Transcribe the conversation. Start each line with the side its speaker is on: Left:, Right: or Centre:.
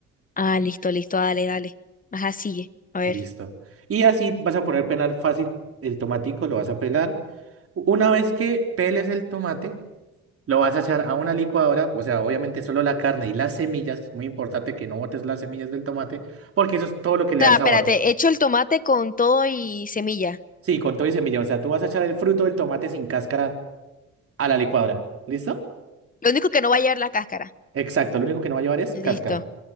Left: Ah, listo, listo. Dale, dale. Ajá, sigue. A ver.
Right: Listo. Y así vas a poner pelar fácil el tomatico, lo vas a pelar. Una vez que peles el tomate, lo vas a echar a una licuadora, o sea, obviamente solo la carne y las semillas, muy importante que no botes las semillas del tomate, porque eso es todo lo que
Left: O
Right: le da
Left: sea,
Right: el sabor.
Left: espérate, echo el tomate con todo y semilla.
Right: Sí, con todo y semilla. O sea, tú vas a echar el fruto del tomate sin cáscara a la licuadora. ¿Listo?
Left: Lo único que no va a llevar la cáscara.
Right: Exacto. Lo único que no va a llevar es
Left: Listo.
Right: cáscara.